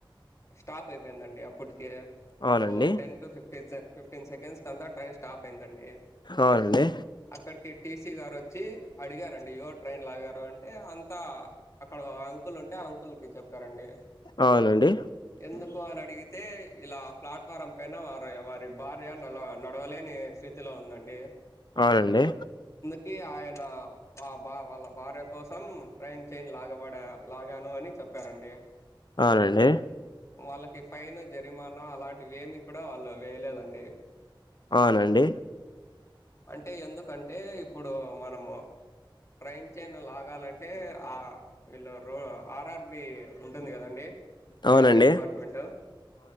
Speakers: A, on the left; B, on the left.
A: స్టాప్ అయిపోయిందండి అప్పటికే
B: అవునండి
A: ఓ ten two fifteens fifteen seconds అంత ట్రైన్ స్టాప్ అయిందండి
B: అవునండి
A: అక్కడికి టీసీ గారు వ వచ్చి అడిగారండి ఎవరు ట్రైన్ లాగారు అంటే అం త్త అక్కడ ఓ అంకుల్ ఉంటే ఆ అంకుల్ కి చెప్పారండి
B: అవునండి
A: ఎందుకు అనీ అడిగి అయితే ఇలా ప్లాట్ఫారం పైన వారు వారి భార్య నలవ నడవలేని స్థితిలో ఉందండి
B: అవునండి
A: కి ఆయన వ బా వాళ్ళ భార్య కోసం ట్రైన్ చైన్ లాగబడా లాగాను అని చెప్పారండి
B: అవునండి
A: వాళ్ళకి ఫైన్ జరిమానా అలాంటివి ఏమి కూడా వాళ్ళు వేయలేదండి
B: అవునండి
A: అంటే ఎందుకంటే ఇప్పుడు మనము ట్రైన్ చైన్ లాగాలం ఆ ఇల్లు రో ఆర్ఆర్బి ఉంటుంది కదండి
B: అవునండి
A: రైల్వే డిపార్ట్మెంట్